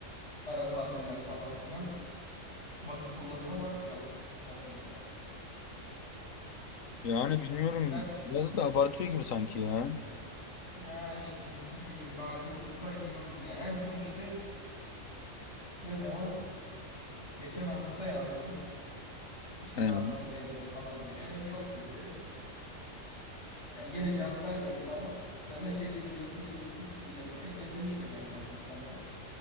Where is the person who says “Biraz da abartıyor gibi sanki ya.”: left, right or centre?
Left